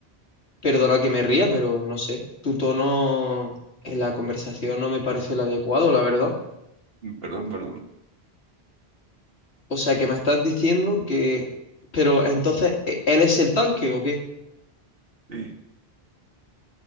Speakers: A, on the left; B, on the right.
A: Perdona que me ría, pero no sé, tu tono en la conversación no me parece el adecuado, la verdad.
B: <laughs> Perdón, perdón.
A: O sea, que me estás diciendo que... Pero entonces, ¿e- ¿él es el tanque o qué?
B: Sí.